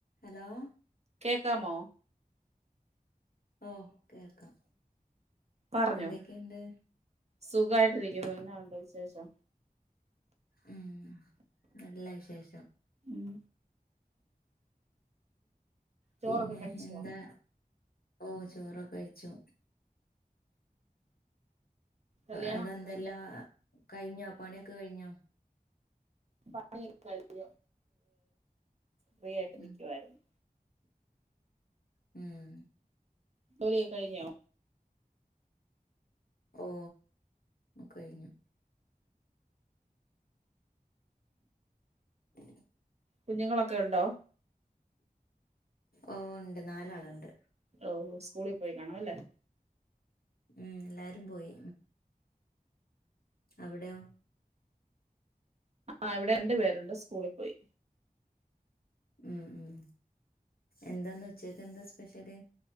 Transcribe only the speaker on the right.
കേക്കാമോ?
പറഞ്ഞോ
സുഖായിട്ടിരിക്കുന്നു എന്നാ ഉണ്ട് വിശേഷം
ഉം ചോറൊക്കെ
കഴിച്ചോ
കല്യാണം
ഒക്കെ
കഴിഞ്ഞാണോ
പണി ഒക്കെ കഴിഞ്ഞു ഫ്രീയായിട്ട്രിക്കുവായിരുന്നു.
ലിയൊക്കെ കഴിഞ്ഞോ?
കുഞ്ഞുങ്ങളൊക്കെ ഉണ്ടോ?
ഓ സ്കൂളിൽ പോയി കാണും അല്ലേ
ആഹ് ഇവിടെ രണ്ടു പേരുണ്ട് സ്കൂളി പോയി.